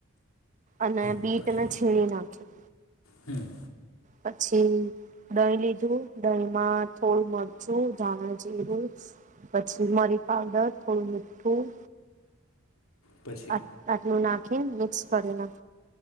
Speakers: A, on the right; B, on the left.
A: અને
B: હમ
A: બીટને
B: પછી
A: છીણી નાખી
B: હમ
A: પછી ડલીી દહીંમાં થોડું મરચું ધાણા જીરું પછી મરી પાવડર થોડું મીઠું
B: પછી
A: અ આટનું ના કે મિક્સ કરી ના